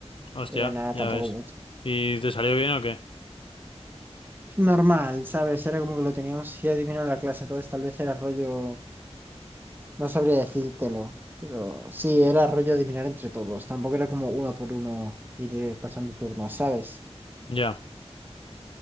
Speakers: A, on the left; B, on the right.
A: Hostia,
B: Pero nada,
A: ya
B: tampoco
A: ves.
B: mucho.
A: ¿Y te salió bien o qué?
B: Normal, ¿sabes? Era como que lo teníamos así adivinado en la clase, entonces tal vez era rollo. No sabría decírtelo, pero sí, era rollo adivinar entre todos. Tampoco era como uno por uno ir pasando turnos, ¿sabes?
A: Ya,